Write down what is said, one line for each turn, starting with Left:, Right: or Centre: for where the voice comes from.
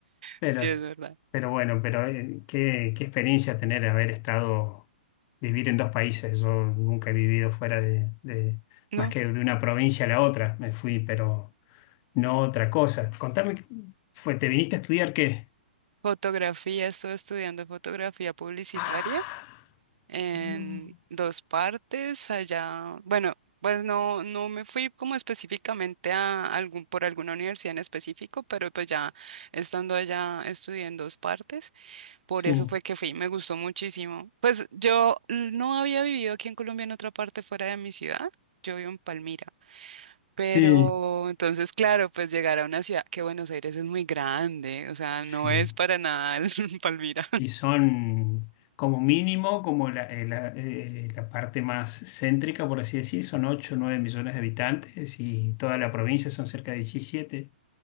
Left: Pero,
Right: sí, es verdad.
Left: pero bueno, pero eh, qué, qué experiencia tener haber estado, vivir en dos países. Yo nunca he vivido fuera de, de-
Right: No,
Left: más que de una provincia a la otra. Me fui, pero no otra cosa. Contame, fue, ¿te viniste a estudiar qué?
Right: fotografía, estoy estudiando fotografía publicitaria
Left: Ah,
Right: en
Left: no.
Right: dos partes allá. Bueno, pues no, no me fui como específicamente a algún, por alguna universidad en específico, pero pues ya estando allá estudié en dos partes. Por
Left: Sí,
Right: eso fue que fui, me gustó muchísimo. Pues yo no había vivido aquí en Colombia en otra parte fuera de mi ciudad. Yo vivo en Palmira. Pero
Left: sí,
Right: entonces, claro, pues llegar a una ciudad que Buenos Aires es muy grande, o sea,
Left: sí.
Right: no es para nada el <laughs> Palmira.
Left: Y son como mínimo, como la, eh, la, eh, la parte más céntrica, por así decir, son 8 o 9 millones de habitantes y toda la provincia son cerca de diecisiete